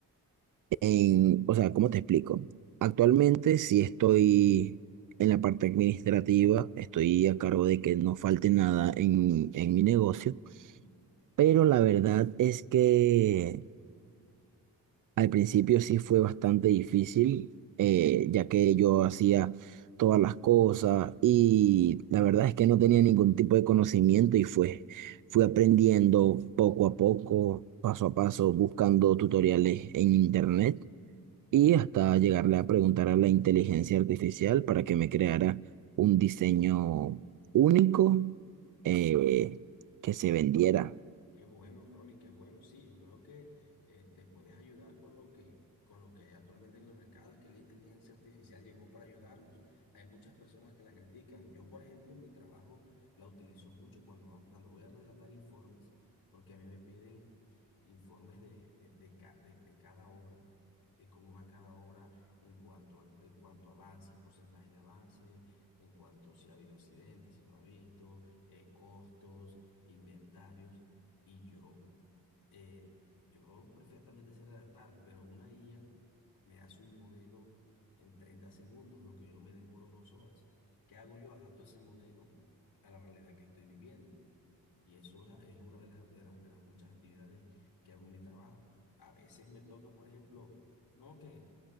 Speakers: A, on the right; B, on the left.
A: en, o sea, ¿cómo te explico? Actualmente sí estoy en la parte administrativa, estoy a cargo de que no falte nada en, en mi negocio, pero la verdad es que Al principio sí fue bastante difícil, eh, ya que yo hacía todas las cosas y la verdad es que no tenía ningún tipo de conocimiento y fue, fui aprendiendo poco a poco, paso a paso, buscando tutoriales en internet y hasta llegarle a preguntar a la inteligencia artificial para que me creara un diseño único, eh, que se vendiera.
B: Qué bueno, Ronnie, qué bueno. Sí, yo creo que eh, te puedes ayudar con lo que, con lo que hay actualmente en el mercado. Es que la inteligencia artificial llegó para ayudarnos. Hay muchas personas que la critican. Yo, por ejemplo, en mi trabajo la utilizo mucho cuando, va- cuando voy a redactar informes, porque a mí me piden informes de, de, de ca- de- de cada obra, de cómo va cada obra en cuanto a, en cuanto a avance, porcentaje de avance, en cuanto si ha habido accidentes, si no ha visto, eh, costos, inventarios. Y yo, eh, yo perfectamente sé redactar, pero una IA me hace un modelo en 30 segundos, lo que yo me demoro dos horas. ¿Qué hago yo? Adapto ese modelo a la realidad que estoy viviendo. Y eso es, es una de las, de la- de las muchas actividades que hago en mi trabajo. A veces me toca, por ejemplo, no que